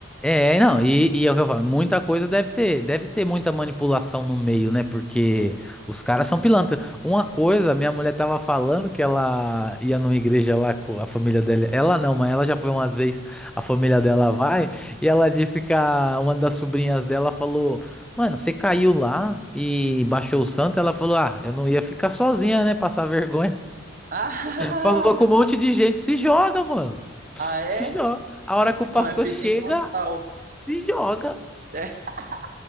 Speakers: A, in the centre; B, on the right.
A: É, não, e, e é o que eu falo, muita coisa deve ter, deve ter muita manipulação no meio, né? Porque
B: é,
A: os caras são pilantras. Uma
B: é.
A: coisa, minha mulher tava falando que ela ia numa igreja lá com a família dela. Ela não, mas ela já foi umas vezes, a família dela vai, e ela disse que a- uma das sobrinhas dela falou: Mano, você caiu lá e baixou o santo? Ela falou: Ah, eu não ia ficar sozinha, né? Passar vergonha.
B: Aham.
A: Falou com
B: <laughs> Ah,
A: um monte de gente, se joga, mano.
B: ah é?
A: Se joga. A hora
B: Então,
A: que o pastor
B: é pentecostal.
A: chega, se joga.
B: É. <laughs>